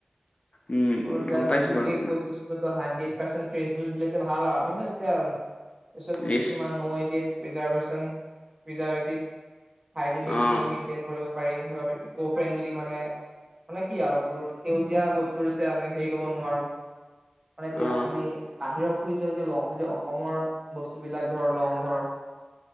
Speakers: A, on the left; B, on the right.
A: উম
B: টৌ এটা
A: গম পাইছো
B: বিশেষ
A: বাৰু
B: বৈশিষ্টটো হানডেট। পেচেন ফেচজুজ বিলাকে ভাল আও আমি নো এতিয়া তাপিছতো
A: লিচ
B: কিছুমান নৌএদিয়েট। ৰিজাভেচন ৰিজাভেতিক হাইজনিক
A: অ
B: মানে মেন্টেন কৰিব- পাৰি ধ ইক ফ্ৰেণ্ডলি মানে- মানে কি আৰু তোৰ সেউজীয়া বস্তু যেতিয়া আমি হেৰি কৰিব নোৱাৰো। মানেএতিয়া
A: অ
B: আমি বাহিৰৰ ফুৰি যোৱা‌কে‌ লহ যদি অসমৰ বস্তুবিলাক ধৰ লওঁ ধৰ।